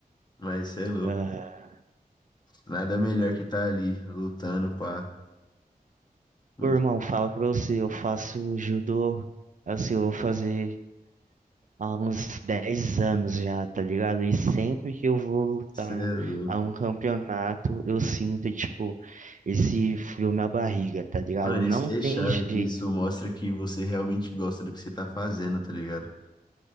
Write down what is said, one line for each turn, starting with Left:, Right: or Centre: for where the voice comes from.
Left: Mas cê é louco.
Right: ah,
Left: Nada melhor que tá ali, lutando, pá. Muito.
Right: o irmão fala pra você, eu faço judô, assim, eu vou fazer há uns 10 anos já, tá ligado? E sempre que eu vou lutar
Left: Cê é louco.
Right: a um campeonato, eu sinto, tipo, esse frio na barriga, tá ligado?
Left: Mano,
Right: Não
Left: isso que
Right: tem
Left: é chave,
Right: jeito.
Left: que isso mostra que você realmente gosta do que você tá fazendo, tá ligado?